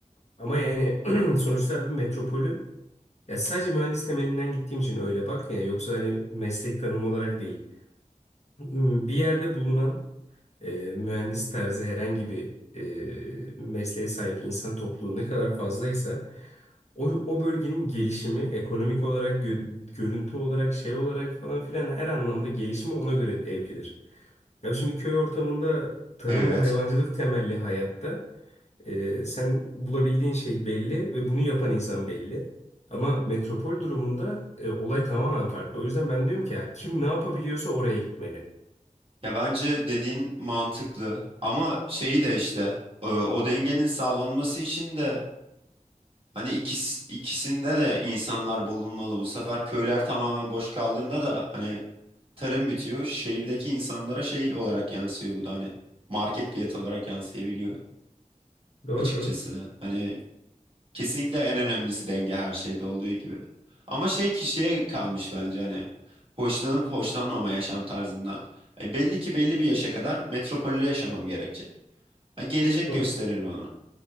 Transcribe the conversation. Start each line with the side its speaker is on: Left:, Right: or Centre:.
Left: Ama yani <clears throat> sonuçta abi metropolü ya sadece mühendis temelinden gittiğim için öyle bak ya yoksa hani meslek tanımı olarak değil. M, Bir yerde bulunan e, mühendis tarzı herhangi bir e, mesleğe sahip insan topluluğu ne kadar fazlaysa o, o bölgenin gelişimi ekonomik olarak, gö- görüntü olarak, şey olarak falan filan her anlamda gelişimi ona göre evrilir. Abi şimdi köy ortamında tarım
Right: Evet.
Left: ve hayvancılık temelli hayatta e, sen bulabildiğin şey belli ve bunu yapan insan belli. Ama metropol durumunda e, olay tamamen farklı. O yüzden ben diyorum ki ya, kim ne yapabiliyorsa oraya gitmeli.
Right: Ya bence dediğin mantıklı ama şeyi de işte e, o dengenin sağlanması için de hani ikis, ikisinde de insanlar bulunmalı bu sefer. Köyler tamamen boş kaldığında da hani tarım bitiyor. Şehirdeki insanlara şey olarak yansıyor bu da hani market fiyatı olarak yansıyabiliyor
Left: Doğru.
Right: açıkçası. Hani Kesinlikle en önemlisi denge her şeyde olduğu gibi. Ama şey kişiye kalmış bence hani. Hoşlanıp hoşlanmama yaşam tarzından. E, belli ki belli bir yaşa kadar metropolde yaşamam gerekecek. Ha, gelecek
Left: Hı.
Right: gösterir bana.